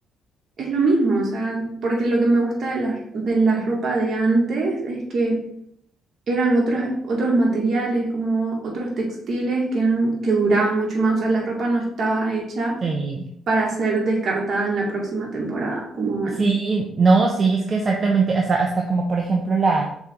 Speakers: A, on the right (about 55°); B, on the right (about 35°).
A: Es lo mismo, o sea, porque lo que me gusta de las de la ropa de antes es que eran otros, otros materiales, como otros textiles que eran, que duraban mucho más. O sea, la ropa no estaba hecha
B: Sí,
A: para ser descartada en la próxima temporada, como ahora.
B: sí, no, sí, es que exactamente, hasta, hasta como por ejemplo la,